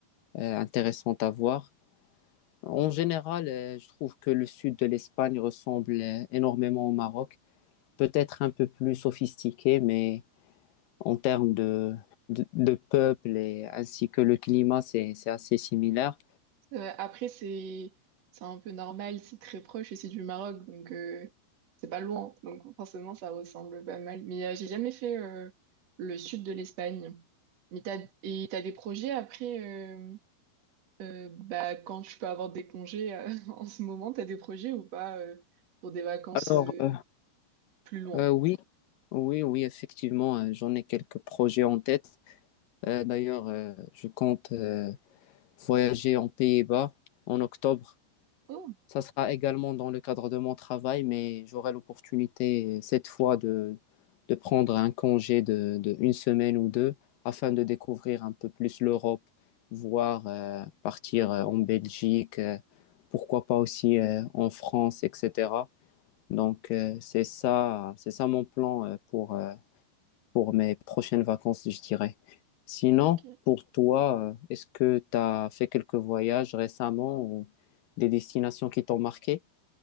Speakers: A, on the left (about 75°); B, on the right (about 45°).
A: euh, euh, intéressante à voir. En général, euh, je trouve que le sud de l'Espagne ressemble euh, énormément au Maroc, peut-être un peu plus sophistiqué, mais en termes de, de, de peuple et ainsi que le climat, c'est, c'est assez similaire.
B: Ouais, après, c'est c'est un peu normal, c'est très proche et c'est du Maroc, donc euh, c'est pas loin. Donc forcément, ça ressemble pas mal. Mais euh, j'ai jamais fait euh, le sud de l'Espagne. Mais t'as, et t'as des projets après, euh, euh, bah, quand tu peux avoir des congés euh, <laughs> en ce moment, t'as des projets ou pas euh, pour des vacances
A: Alors,
B: euh,
A: euh,
B: plus loin?
A: euh, oui, oui, oui, effectivement, euh, j'en ai quelques projets en tête. Euh, d'ailleurs, euh, je compte euh, voyager en Pays-Bas en octobre.
B: Oh,
A: Ça sera également dans le cadre de mon travail, mais j'aurai l'opportunité euh, cette fois de, de prendre un congé de, de une semaine ou deux afin de découvrir un peu plus l'Europe, voire euh, partir euh, en Belgique, euh, pourquoi pas aussi euh, en France, etc. Donc euh, c'est ça, c'est ça mon plan euh, pour, euh, pour mes prochaines vacances, je dirais. Sinon,
B: ok.
A: pour toi, euh, est-ce que tu as fait quelques voyages récemment ou des destinations qui t'ont marqué?